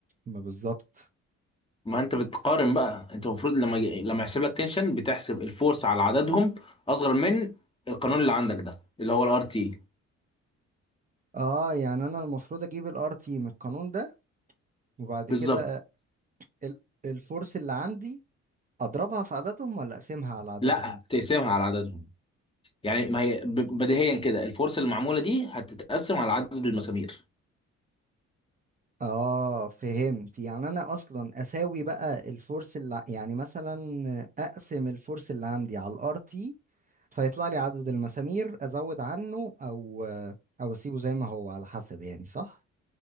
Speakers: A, on the right; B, on the left.
A: ما بالظبط
B: ما انت بتقارن بقى انت المفروض لما ي- لما يحسب لك تنشن بتحسب الفورس على عددهم اصغر من القانون اللي عندك ده اللي هو الار تي
A: اه يعني انا المفروض اجيب الار تي من القانون ده وبعد
B: بالظبط
A: كده ال- الفورس اللي عندي اضربها في عددهم ولا اقسمها على عددهم
B: لا تقسمها على عددهم يعني ما هي ب- بديهيا كده الفرصه المعموله دي هتتقسم على عدد المسامير
A: اه فهمت يعني انا اصلا اساوي بقى الفورس اللي ع- يعني مثلا اقسم الفورس اللي عندي على الار تي فيطلع لي عدد المسامير ازود عنه او او اسيبه زي ما هو على حسب يعني صح